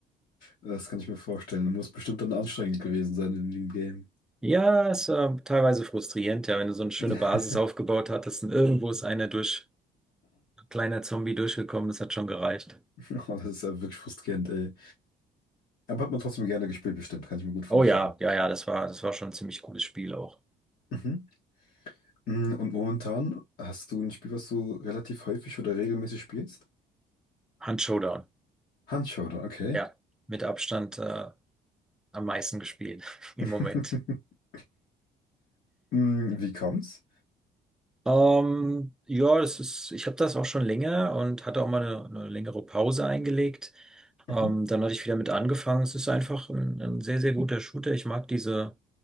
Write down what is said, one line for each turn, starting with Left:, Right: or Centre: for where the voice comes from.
Left: Das kann ich mir vorstellen. Muss bestimmt dann anstrengend gewesen sein in dem Game.
Centre: Ja, es war teilweise frustrierend, ja, wenn du so eine schöne
Left: <laughs>
Centre: Basis aufgebaut hattest und irgendwo ist einer durch, ein kleiner Zombie durchgekommen, das hat schon gereicht.
Left: Oh, das ist ja wirklich frustrierend, ey. Aber hat man trotzdem gerne gespielt, bestimmt. Kann ich mir gut vorstellen.
Centre: Oh ja, ja, ja, das war, das war schon ein ziemlich cooles Spiel auch.
Left: Mhm. Mm, Und momentan hast du ein Spiel, was du relativ häufig oder regelmäßig spielst?
Centre: Hand Showdown,
Left: Handschauder, okay.
Centre: ja, mit Abstand äh, am meisten gespielt <laughs> im
Left: <laughs>
Centre: Moment.
Left: Mm, Wie kommt's?
Centre: Ähm, ja, das ist, ich habe das auch schon länger und hatte auch mal eine, eine längere Pause eingelegt.
Left: Mhm.
Centre: Ähm, dann hatte ich wieder mit angefangen. Es ist einfach ein, ein sehr, sehr guter Shooter. Ich mag diese